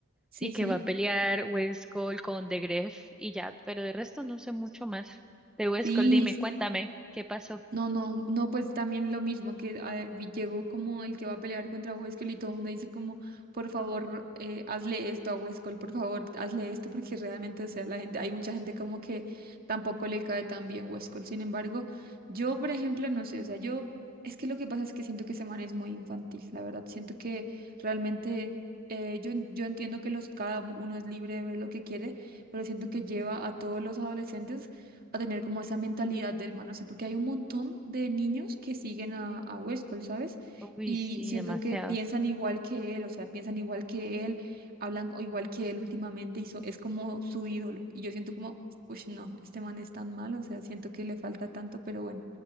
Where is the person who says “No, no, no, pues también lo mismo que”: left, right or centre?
Right